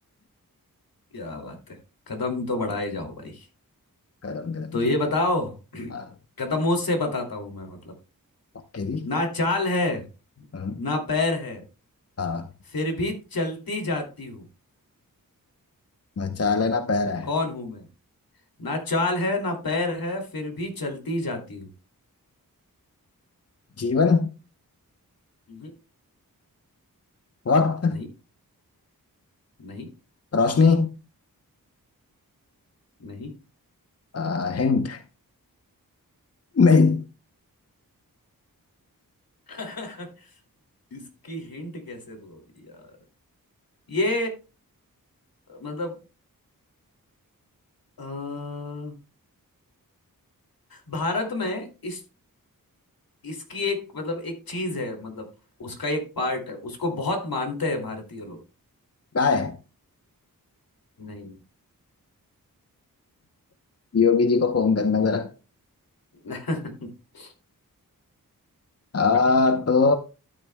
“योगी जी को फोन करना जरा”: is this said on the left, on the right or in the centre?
Left